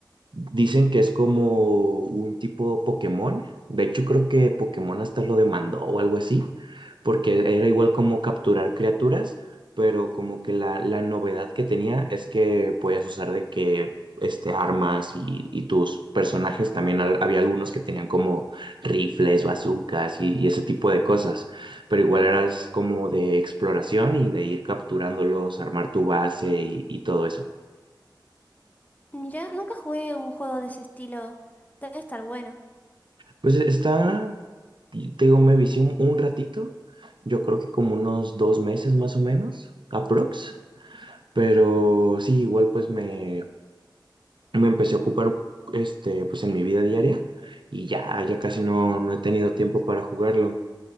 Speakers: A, on the right; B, on the left.
A: Dicen que es como un tipo Pokémon. De hecho, creo que Pokémon hasta lo demandó o algo así, porque era igual como capturar criaturas, pero como que la, la novedad que tenía es que podías usar de que este, armas y, y tus personajes también al- había algunos que tenían como rifles, bazucas y, y ese tipo de cosas, pero igual eras como de exploración y de ir capturándolos, armar tu base y, y todo eso.
B: Mira, nunca jugué un juego de ese estilo. Debe estar bueno.
A: Pues e, está, te digo, me vicié un un ratito. Yo creo que como unos dos meses más o menos, aprox. Pero sí, igual pues me, me empecé a ocupar este, pues en mi vida diaria y ya, ya casi no, no he tenido tiempo para jugarlo.